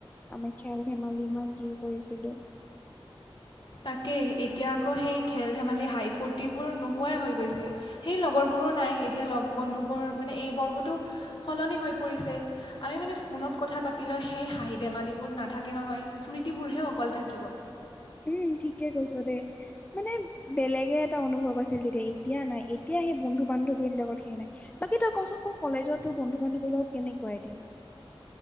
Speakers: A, on the left (about 15°); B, on the left (about 60°).
A: আমি খেল ধেমালি ইমান কি কৰিছিলো।
B: তাকেই এতিয়া আকৌ সেই খেল ধেমালি হাই ফূৰ্তিবোৰ নোহোৱাই হৈ গৈছে। সেই লগৰবোৰো নাই, এতিয়া লগ বন্ধুবোৰ মানে এই বৰ্গটো সলনি হৈ পৰিছে। আমি মানে ফোনত কথা পাতিলেও সেই হাঁহি ধেমালিবোৰ নাথাকে নহয়, স্মৃতিবোৰহে অকল থাকিব।
A: উম, ঠিকে কৈছ দেই মানে বেলেগে এটা অনুভৱ আছিল তেতিয়া, এতিয়া নাই। এতিয়া সেই বন্ধু বান্ধৱীৰ লগত সেই নাই। বাকী তই কচোন ক' কলেজত তোৰ বন্ধু বান্ধৱীৰ লগত কেনেকুৱা এতিয়া?